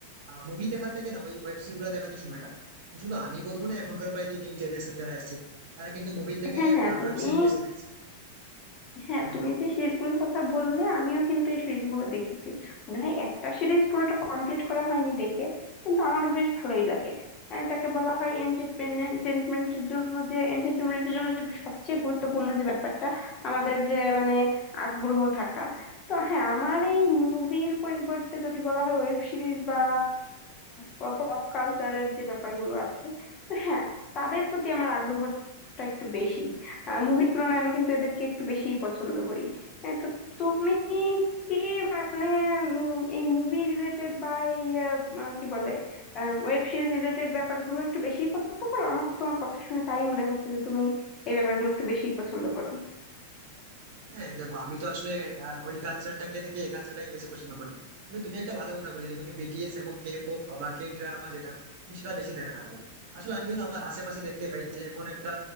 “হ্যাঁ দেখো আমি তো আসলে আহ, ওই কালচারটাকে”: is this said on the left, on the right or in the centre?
Right